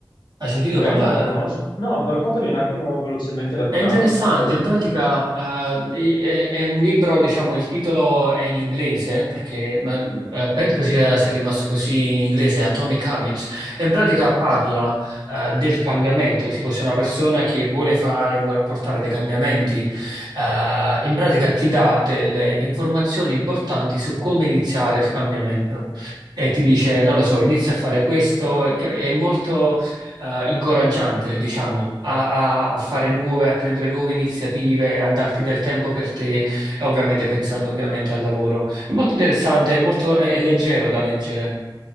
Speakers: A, on the right; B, on the left.
A: Hai sentito
B: Ok,
A: parlare?
B: non lo conosco. No, raccontami un attimo velocemente la
A: È
B: trama,
A: interessante,
B: giusto per...
A: in pratica eh, i- è, è un libro, diciamo, il titolo è in inglese, perché ma, eh, penso sia, sia rimasto così in inglese, Atomic Habits, e in pratica parla eh, del cambiamento, tipo se una persona che vuole fare, vuole apportare dei cambiamenti, eh, in pratica ti dà delle informazioni importanti su come iniziare il cambiamento. E ti dice, non lo so, inizia a fare questo, che è molto eh, incoraggiante, diciamo, a, a- a fare nuove, a prendere nuove iniziative, a darti del tempo per te, e ovviamente pensando ovviamente al lavoro. È molto interessante, è molto, è, è leggero da leggere.